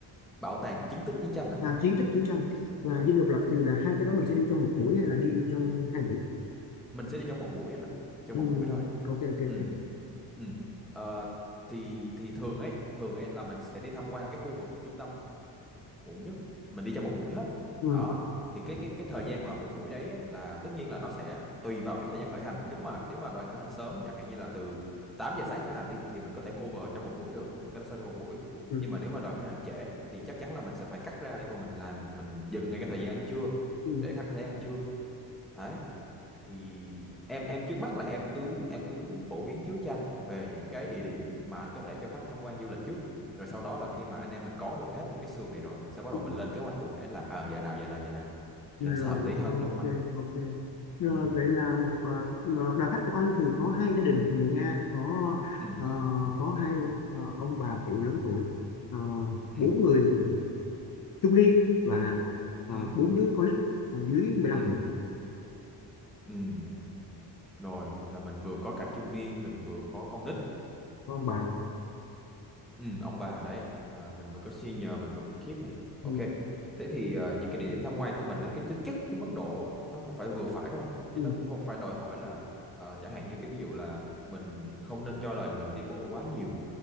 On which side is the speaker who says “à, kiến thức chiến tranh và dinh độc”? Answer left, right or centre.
Left